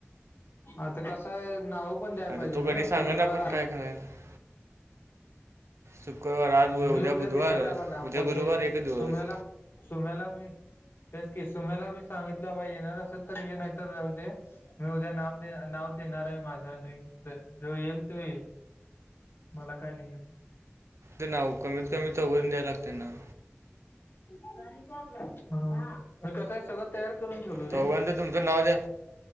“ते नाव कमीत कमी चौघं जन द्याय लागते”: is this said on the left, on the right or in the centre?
Right